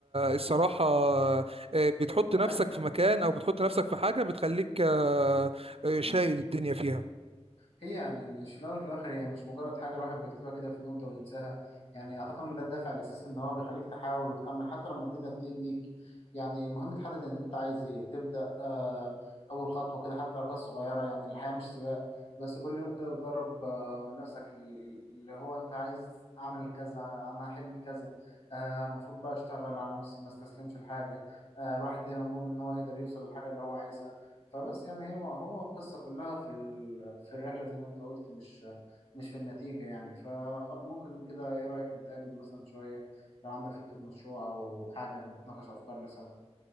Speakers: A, on the right; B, on the left.
A: الصراحه آه، بتحط
B: لا
A: نفسك
B: هي
A: في مكان او بتحط نفسك في حاجه بتخليك آه، آه،
B: ايوه
A: شايل الدنيا فيها
B: هي يعني مش في الاول وفي الاخر هي مش مجرد حاجه الواحد بيكتبها كده في نوتة وينساها يعني اعتقد ان ده الدافع الاساسي ان هو بيخليك تحاول وتكمل حتى لما الدنيا تضيق بيك يعني المهم تحدد ان انت عايز ايه تبدا آه اول خطوه كده حتى لو كانت صغيره يعني الحياه مش سباق بس كل يوم كده بتقرب آه من نفسك ال- اللي هو انت عايز اعمل كذا انا حلمي كذا آه المفروض بقى اشتغل على نفسي ما استسلمش لحاجه آه الواحد دايما مؤمن ان هو يقدر يوصل للحاجه اللي هو عايزها فبس يعني هي هو القصة كلها في ال... في الرحلة زي ما انت قلت مش مش في النتيجة يعني فممكن كده ايه رأيك نتقابل مثلا شوية لو عندك فكرة مشروع او حاجة نتناقش افكارنا سوا